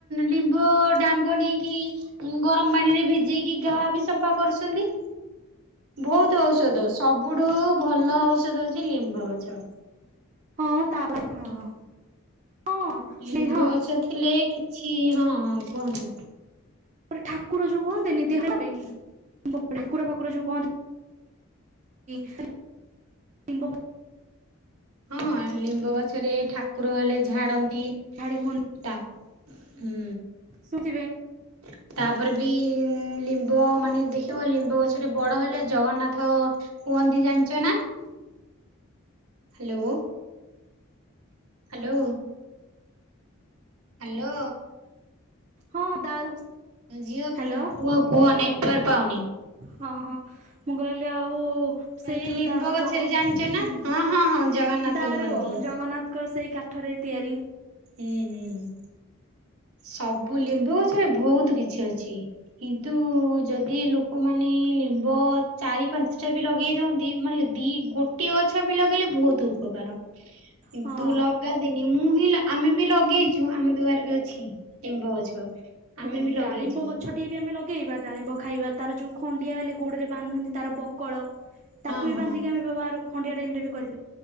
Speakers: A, on the right; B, on the right.
A: ଲିମ୍ବଡା ବନେଇକି ଗରମ ପାଣି ରେ ଭିଜେଇକି ଘା ବି ସଫା କରୁଛନ୍ତି। ବହୁତ ଔଷଧ ସବୁଠୁ ଭଲ ଔଷଧ ହଉଛି ଲିମ୍ବ ଗଛ।
B: ହଁ ତାପାଖେ ହଁ ହଁ
A: ଲିମ୍ବ
B: ସ୍ନେହ
A: ଗଛ ଥିଲେ କିଛି ହଁ ହଁ କୁହନ୍ତୁ?
B: ଠାକୁର ଯୋଉ କହନ୍ତିନି ଦେହ ପାଇଁ ଠାକୁର ପାକୁର ଯୋଉ କହନ୍ତି <inaudible> ଲିମ୍ବ ପ
A: ହଁ ଲିମ୍ବ ଗଛରେ ଠାକୁର ହେଲେ ଝାଡନ୍ତି।
B: ଝାଡି ହୁଅନ୍ତି
A: ତା ହୁଁ
B: ଶୁଣିଥିବେ
A: ତା ତାପରେ ବି ଲିମ୍ବ ମାନେ ଦେଖିବ ଲିମ୍ବ ଗଛରେ ବଡ ହେଲେ ଜଗନ୍ନାଥ କୁହନ୍ତି ଜାଣିଚ ନା?
B: <inaudible>
A: ହେଲୋ ହାଲୋ ହାଲୋ
B: ହଁ ଦାରୁ
A: ଝିଅ
B: ହ୍ୟାଲୋ
A: କୁହ କୁହ ନେଟୱାର୍କ ପାଉନି।
B: ହଁ, ହଁ ମୁଁ କହିଲି ଆଉ
A: କହିଲି
B: ସେଇଥିରୁ
A: ଲିମ୍ବ
B: ଦାରୁ
A: ଗଛରେ
B: ଜଗ ହୁଁ,
A: ଜାଣିଛ ନା ହଁ ହଁ ହଁ ଜଗନ୍ନାଥ
B: ଦାରୁ
A: କୁହନ୍ତି।
B: ଜଗନ୍ନାଥଙ୍କର ସେଇ କାଠରେ ତିଆରି
A: ହୁଁ ହୁଁ ସବୁ ଲିମ୍ବୁ ଗଛରେ ଭୋଉତ୍ କିଛି ଅଛି। କିନ୍ତୁ ଯଦି ଲୋକମାନେ ଲିମ୍ବ ଚାରି ପାଞ୍ଚଟା ବି ଲଗେଇ ଦି ମାନେ ଦି ଗୋଟିଏ ଗ ଲଗେଇଲେ ଭୋଉତ୍ ଉପକାର କିନ୍ତୁ
B: ହଁ।
A: ଲଗାନ୍ତିନି, ମୁଁ ହିଁ ଆମେ ବି ଲଗେଇଛୁ ଆମ ଦୁଆରେ ବି ଅଛି ଲିମ୍ବ ଗଛ। ଆମେ
B: ଯଦି
A: ବି ଲଗେଇଛୁ
B: ଡାଳିମ୍ବ ଗଛଟିଏ ବି ଆମେ ଲ ଲଗେଇବା ଡାଳିମ୍ବ ଖାଇବା ତାର ଯୋଉ ଖଣ୍ଡିଆ ହେଲେ ଗୋଡରେ ବାନ୍ଧନ୍ତି ତାର ବକଳ ତାକୁ
A: ହଁ
B: ବି
A: ହଁ
B: ବାନ୍ଧିକି ଆମେ ବ୍ୟବହାର ଖଣ୍ଡିଆ ଟାଇମ ରେ ବି କରି